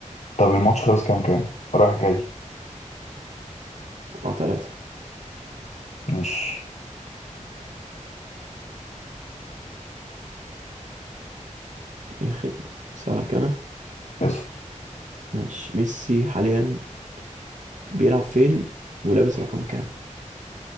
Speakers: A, on the left (about 60°); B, on the right (about 70°).
A: طب الماتش خلص كام كام رايح جاي
B: أربعة تلاتة
A: مش
B: أي خدمة اسألك أنا
A: اسف
B: ماشي ميسي حاليا بيلعب فين ولابس رقم كام؟